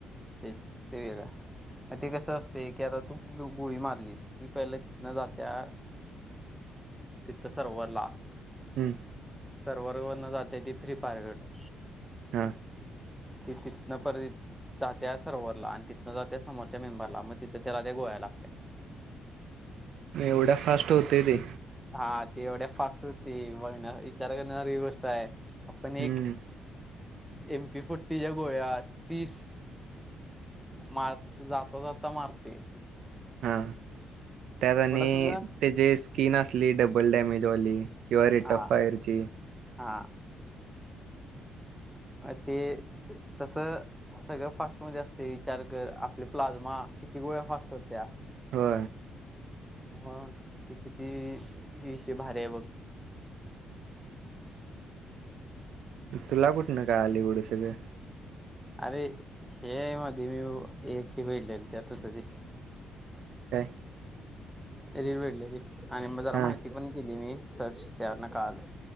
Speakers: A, in the centre; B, on the right.
A: तेच ते. मग ते कसं असते की आता तू गोळी मारलीस ती पहिला तिथन जात्या
B: ह <inaudible>
A: तिथ सर्वरला
B: हम्म.
A: सर्व्हर वर्ण जाते ती फ्री फायर करड
B: हा.
A: त तिथ न पर जात्या सर्वरला आणि तिथनं जात्या समोरच्या मेंबरला मग तिथं त्याला ते गोळाला लागत
B: म एवढ्या फास्ट होतेय ते.
A: हा ती एवढ्या फास्ट होती बघण्या विचार करण्या सारखी गोष्ट आहे. आपण
B: हम्म
A: एक एमपी फोर्टीच्या गोळ्या तीस मार जाता जाता मारतोय.
B: हा त्यात आणि
A: तुझं
B: त्याची स्किन असली डबल डेमेजवाली. किंवा रेट
A: हा
B: ऑफ फायरची
A: हा. अ ते तस सगळं फास्ट मध्ये असते विचार कर आपले प्लाझ्मा किती गोळ्या फास्ट होत्या.
B: हो
A: ह ते किती हश भारी आहे. बघ
B: तुला कुठ न का आलीवढं सगळ
A: अरे हे मध्ये मी एक ही बघितलेली त्यात होत ते.
B: काय.
A: रीड भेडलेली आणि मग जरा
B: हा
A: माहिती पण केली मी सर्च त्यावर काळा ल.